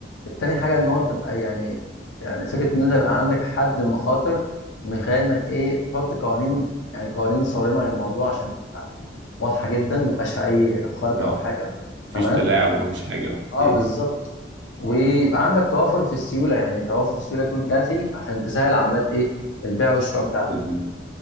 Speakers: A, on the left (about 85°); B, on the right (about 80°).
A: التاني حاجه ان هو تبقى يعني يعني فكره ان انت يبقى عندك حد مخاطر من خلال انك ايه تحط قوانين يعني قوانين صارمه للموضوع عشان تبقى واضحه جدا ما يبقاش في اي خرق
B: اه
A: او حاجه
B: مفيش
A: تمام
B: تلاعب ومفيش حاجه
A: اه
B: آه،
A: بالظبط ويبقى عندك توافر في السيوله يعني توافر في السيوله يكون كافي عشان تسهل عمليات ايه البيع والشراء بتاعتك
B: مم.